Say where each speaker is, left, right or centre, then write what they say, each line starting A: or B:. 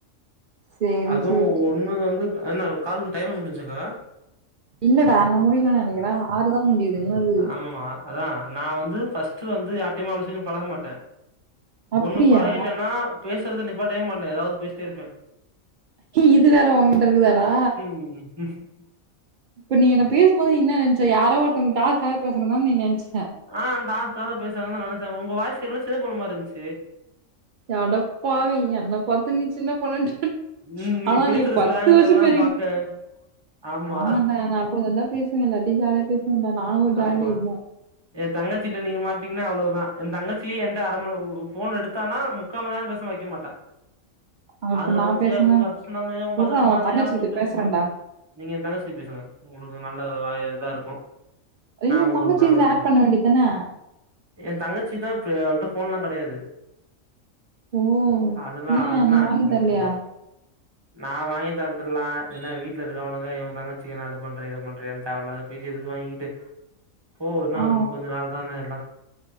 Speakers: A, on the right (about 70°); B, on the right (about 20°).
A: சேரி
B: அதுவு
A: சேரி
B: ஒண்ணு வந்து என்னா கால் டைமு முடிஜிதா
A: இல்லடா இன்னு முடியல நானைக்கிற ஆறு தா முடிஞ்சிருக்குது இன்னு இருக்குது
B: ஆமாமா அதா நா வந்து ஃபஸ்ட்டு வந்து யார்டியுமே அவ்ளோ சிக்கரோ பழக மாட்ட
A: அப்டியா
B: ஒண்ணு பழகிட்டன்னா பேசுறத நிப்பாட்டவே மாட்ட ஏதாவது பேசிட்டே இருப்ப
A: இது வேற ஒங்கிட்ட இருக்குதாடா
B: உம்
A: இப்ப நீ என்ன பேசும் போது என்ன நனைச்ச யாரோ ஒருத்தங்க டாஸ்க்காக பேசுறாங்கனு தான நீ நெனச்ச
B: ஆ டாஸ்க்காக பேசறாங்கனுதா நனைச்ச உங்க வாய்ஸ் கேட்டோனே சின்ன பொண்ணுமார் இருந்துச்சு
A: <inaudible> அடப்பாவி
B: ஆ
A: என்ன பாத்து நீ சின்ன பொண்ணா கேட்ட
B: ம் நீங்க
A: ஆனா
B: பேசுற
A: நீ பத்து
B: ஸ்லாங்
A: வருஷோ
B: எல்லா
A: பெ
B: பாக்க ஆமா
A: ஆமாண்டா நா அப்படிதாடா பேசுவே எல்லார்டியு ஜாலிய பேசுவன்டா நானு ஒரு ஜாலி
B: ஆமா
A: டைப்தா
B: எ தங்கச்சிட்ட நீங்க மாட்டீங்கன்னா அவ்ளோதா எ தங்கச்சிய என்ட்டஅரைமணி ஃபோன் எடுத்தானா முக்கால்மண் நேரோ பேசாம வைக்க மாட்டா
A: <inaudible>
B: அது நடந்துச்சி
A: நான் பேசுங்க,
B: அங்க அது சொன்னாங்கயா அவுங்க
A: "உட்றா
B: அத
A: நான்
B: பண்ணாங்கயா
A: உன் தங்கச்சிகிட்ட
B: அப்டின் பேசுவா
A: பேசுறேன்டா."
B: நீங்க எ தங்கச்சிட்ட பேசுங்க உங்களுக்கு நல்ல வாய இதா இருக்கு
A: அப்ற
B: நா
A: ஏ
B: உங்களுக்கு
A: தங்கச்சிய இதுல ஆட் பண்ண வேண்டியதான
B: எ தங்கச்சி தா பே அவகிட்ட ஃபோன்ல்லா கிடையாது
A: ஓ
B: அதெல்லா
A: ஏ
B: அதெல்லா
A: நீ வாங்கி
B: ஆட் பண்ணி
A: தரலையா
B: விட்ருப்பே நா வாங்கி தரட்டுலா என்ன வீட்ல இருக்கவனுங்க என்ன தங்கச்சி அது பண்றயி இது பண்றயா என தேவையில்லாது பேச்சி வாங்கிட்டு
A: <inaudible>
B: போ இன்னு
A: "ஆ.
B: ஒன்னு கொஞ்ச நாள் தான எல்லா